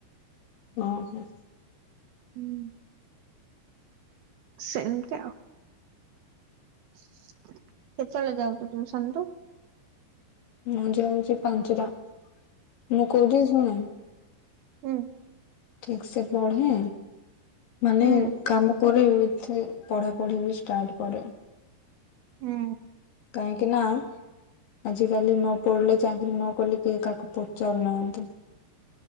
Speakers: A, on the left; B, on the right.
A: ଓହୋ।
B: ହୁଁ। ସେମିତି ଆଉ। କେତେବେଳେ ଯାଉଛୁ ଟ୍ୟୁସନ ରୁ।
A: ମୁଁ ଯାଉଛି ପାଞ୍ଚଟା। ମୁଁ କହୁଛିି ଶୁଣୁ।
B: ହୁଁ।
A: ଠିକ୍ ସେ ପଢେ ମାନେ
B: ହୁଁ
A: କାମ କରେ। ଉଇଥି ପଢାପଢି ବି ଷ୍ଟାର୍ଟ କରେ।
B: ହୁଁ।
A: କାହିଁକି ନା ଆଜିକାଲି ନ ପଢିଲେ ଚାକିରି ନ କଲେ କିଏ କାହାକୁ ପଚାରୁନାହାନ୍ତି।